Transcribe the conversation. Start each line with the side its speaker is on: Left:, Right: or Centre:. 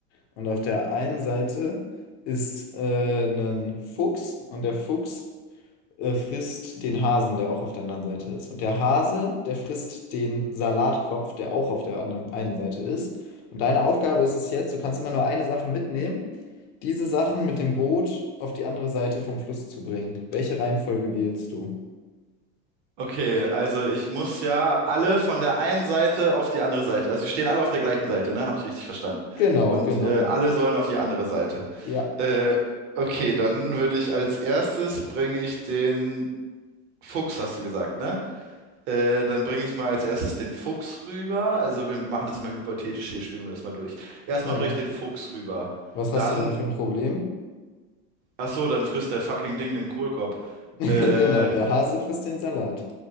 Left: und auf der einen Seite ist äh, ein Fuchs und der Fuchs äh, frisst den Hasen, der auch auf der anderen Seite ist. Und der Hase, der frisst den Salatkopf, der auch auf der anderen einen Seite ist. Und deine Aufgabe ist es jetzt, du kannst immer nur eine Sache mitnehmen, diese Sachen mit dem Boot auf die andere Seite vom Fluss zu bringen. Welche Reihenfolge wählst du?
Right: Okay, also ich muss ja alle von der einen Seite auf die andere Seite. Also sie stehen alle auf der gleichen Seite, ne? Habe ich richtig verstanden.
Left: Genau,
Right: Und
Left: genau.
Right: äh, alle sollen auf die andere Seite.
Left: Ja,
Right: Äh, okay, dann würde ich als erstes bringe ich den Fuchs, hast du gesagt, ne? Äh, dann bringe ich mal als erstes den Fuchs rüber. Also wir machen das mal hypothetisch hier, spielen wir das mal durch. Erstmal
Left: ja.
Right: bringe ich den Fuchs rüber.
Left: Was
Right: Dann,
Left: hast du dann für ein Problem?
Right: ach so, dann frisst der fucking Ding den Kohlkorb.
Left: <laughs> Genau,
Right: Äh,
Left: der Hase frisst den Salat.